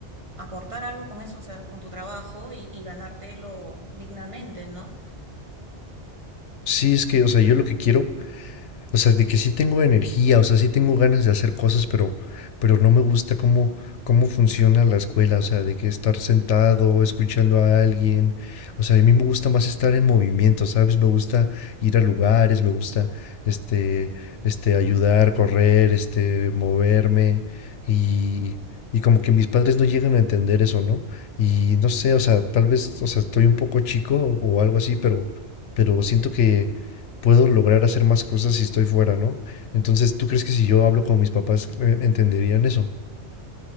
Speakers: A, on the right (about 30°); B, on the left (about 80°).
A: aportar algo con eso, o sea, con tu trabajo y, y ganártelo dignamente, ¿no?
B: Sí, es que, o sea, yo lo que quiero O sea, de que sí tengo energía, o sea, sí tengo ganas de hacer cosas, pero, pero no me gusta cómo, cómo funciona la escuela, o sea, de que estar sentado, escuchando a alguien, o sea, a mí me gusta más estar en movimiento, ¿sabes? Me gusta ir a lugares, me gusta, este, este, ayudar, correr, este, moverme y, y como que mis padres no llegan a entender eso, ¿no? Y no sé, o sea, tal vez, o sea, estoy un poco chico o algo así, pero, pero siento que puedo lograr hacer más cosas si estoy fuera, ¿no? Entonces, ¿tú crees que si yo hablo con mis papás eh, entenderían eso?